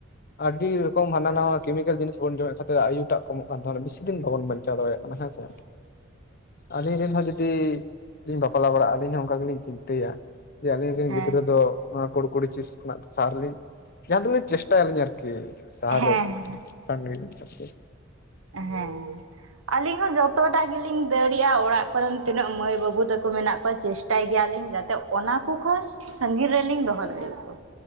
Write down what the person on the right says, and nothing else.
ᱦᱮᱸ
ᱦᱮᱸ
ᱦᱮᱸ ᱦᱮᱸ ᱟᱞᱤᱧ ᱦᱚᱸ ᱡᱚᱛᱚ ᱴᱟᱜ ᱜᱮᱞᱤᱧ ᱫᱟᱹᱲᱤᱜᱼᱟ ᱚᱲᱟᱜ ᱠᱚᱨᱮᱱ ᱛᱤᱱᱟᱹᱜ ᱢᱟᱹᱭ ᱵᱟᱹᱵᱩ ᱛᱮᱠᱚ ᱢᱮᱱᱟᱜ ᱠᱚᱣᱟ ᱪᱮᱥ ᱴᱟᱭ ᱜᱮᱭᱟᱞᱤᱧ ᱡᱟᱛᱮ ᱚᱱᱟ ᱠᱚ ᱠᱷᱟᱱ ᱥᱟᱺᱜᱤᱧ ᱨᱮᱞᱤᱧ ᱫᱚᱦᱚ ᱫᱟᱲᱮᱭᱟᱠᱚ